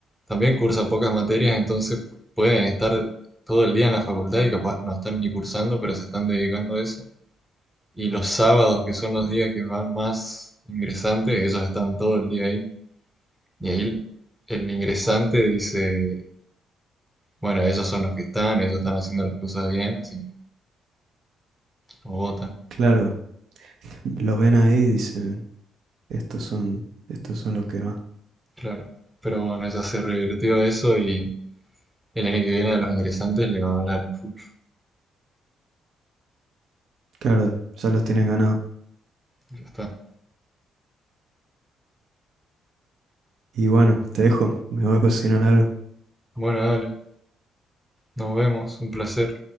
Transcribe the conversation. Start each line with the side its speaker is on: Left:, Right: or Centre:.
Centre: también cursa pocas materias, entonces pu- pueden estar todo el día en la facultad y capaz no están ni cursando, pero se están dedicando a eso. Y los sábados, que son los días que van más ingresantes, ellos están todo el día ahí. Y ahí el ingresante dice, bueno, ellos son los que están, ellos están haciendo las cosas bien, así que los votan.
Right: claro. Los ven ahí y dicen, estos son, estos son los que van.
Centre: Claro. Pero bueno, ya se revirtió eso y el año que viene a los ingresantes le va a hablar el fútbol.
Right: Claro, ya los tienen ganado.
Centre: Ya está.
Right: Y bueno, te dejo, me voy a cocinar algo.
Centre: Bueno, dale. Nos vemos. Un placer.